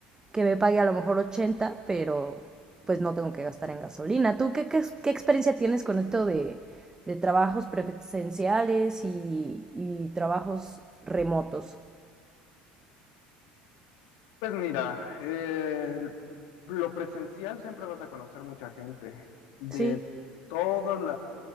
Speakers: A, on the right; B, on the left.
A: que me pague a lo mejor ochenta pero pues no tengo que gastar en gasolina. ¿Tú qué, qué, qué experiencia tienes con esto de, de trabajos presenciales y, y, trabajos remotos?
B: Pues mira, eh, lo presencial siempre vas a conocer mucha gente de
A: Sí,
B: todos